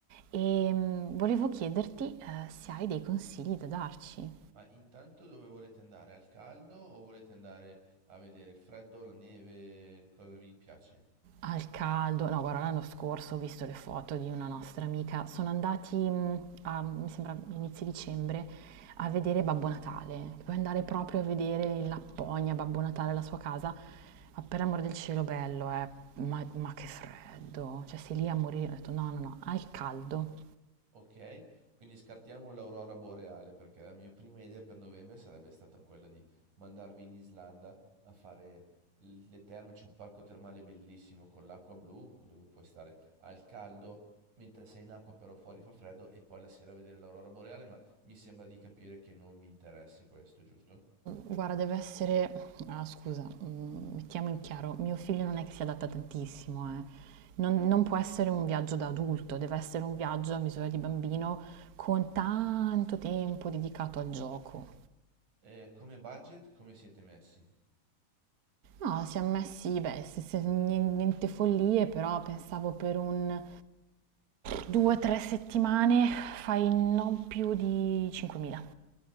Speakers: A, on the right; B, on the right.
A: E mm, volevo chiederti eh, se hai dei consigli da darci.
B: Ma intanto dove volete andare? Al caldo o volete andare a vedere il freddo, la neve, cosa vi piace?
A: Al caldo, no, guarda, l'anno scorso ho visto le foto di una nostra amica. Sono andati mh, a, mi sembra, inizio dicembre a vedere Babbo Natale. Puoi andare proprio a vedere in Lapponia Babbo Natale, la sua casa. Ma per amor del cielo, bello, eh. Ma, ma che freddo. Cioè, sei lì a morire. Ho detto, no, no, no, al caldo.
B: Ok, quindi scartiamo l'aurora boreale perché la mia prima idea per novembre sarebbe stata quella di mandarvi in Islanda a fare l- le terme, c'è un parco termale bellissimo con l'acqua blu dove puoi stare al caldo mentre sei in acqua però fuori fa freddo e poi la sera vedere l'aurora boreale, ma mi sembra di capire che non vi interessi questo, giusto?
A: Guarda, deve essere... Ah, scusa, mm, mettiamo in chiaro, mio figlio non è che si adatta tantissimo, eh. Non, non può essere un viaggio da adulto, deve essere un viaggio a misura di bambino con tanto tempo dedicato al gioco.
B: Eh, come budget, come siete messi?
A: No, siamo messi, beh, se- se- nien- niente follie, però pensavo per un 2-3 settimane fai non più di 5.000.